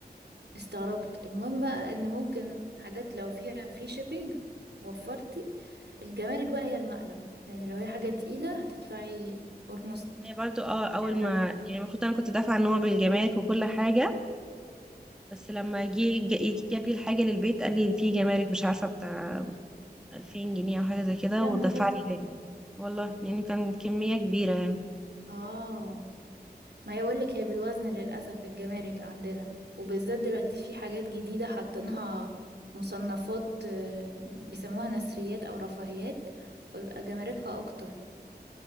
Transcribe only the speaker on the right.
استغربت المهم بقى إن ممكن حاجات لو فيها فري شيبينج وفرتي الجمارك بقى هي المقلب يعني لو هي حاجة تقيلة هتدفعي أورموست
سعرها
يا
نهار اسود
اه ما هي بقولك هي بالوزن للأسف الجمارك عندنا وبالذات دلوقتي في حاجات جديدة حاطينها مصنفات آه، بيسموها نثريات أو رفاهيات فبيبقى جماركها أكتر